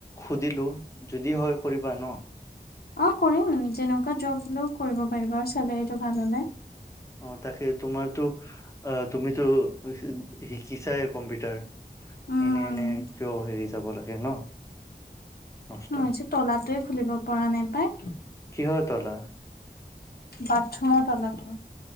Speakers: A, on the left; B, on the left.
A: সুধিলো যদি হয় কৰিবা ন।
B: অ, কৰিম যেনেকুৱা জব হলেও কৰিব পাৰিব আৰু চেলেৰিটো ভাল হ'লে।
A: অ, তাকে তোমাৰতো অ তুমিতো শিকিছা কম্পিউটাৰ।
B: উম
A: এনে এনে ক হেৰি যাব লাগে ন। নষ্ট
B: মই যে তলাতোয়ে খুলিব পৰা নাই পাই।
A: কিহৰ তলা।
B: বাথৰুমৰ তলাটো।